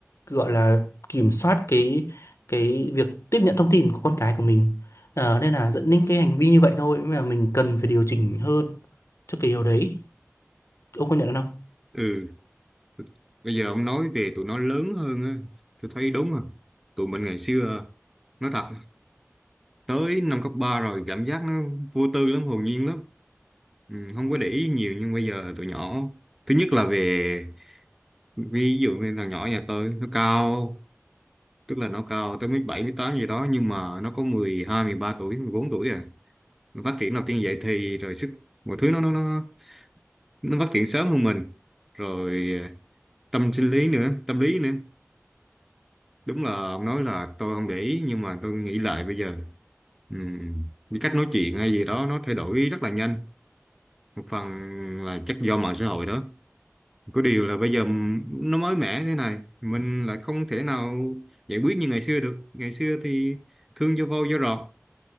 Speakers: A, on the left; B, in the centre.
A: gọi là kiểm soát cái cái việc tiếp nhận thông tin của con cái của mình. Ờ, nên là dẫn đến cái hành vi như vậy thôi mà mình cần phải điều chỉnh hơn cho cái điều đấy. Ông có nhận không?
B: ừ bây giờ ông nói về tụi nó lớn hơn á tôi thấy đúng rồi tụi mình ngày xưa nói thật tới năm cấp 3 rồi cảm giác nó vô tư lắm hồn nhiên lắm ừ, không có để ý nhiều nhưng bây giờ tụi nhỏ thứ nhất là về ví dụ như thằng nhỏ nhà tôi nó cao tức là nó cao tới mấy bảy mấy tám gì đó nhưng mà nó có mười hai mười ba tuổi 14 tuổi à nó phát triển đầu tiên vậy thì rồi sức mọi thứ nó nó nó nó phát triển sớm hơn mình rồi à, tâm sinh lý nữa tâm lý nữa đúng là ông nói là tôi không để ý nhưng mà tôi nghĩ lại bây giờ ừm, cái cách nói chuyện hay gì đó nó thay đổi rất là nhanh một phần là chắc do mạng xã hội đó Có điều là bây giờ m- nó mới mẻ thế này, mình lại không thể nào giải quyết như ngày xưa được. Ngày xưa thì thương cho vô cho rọt,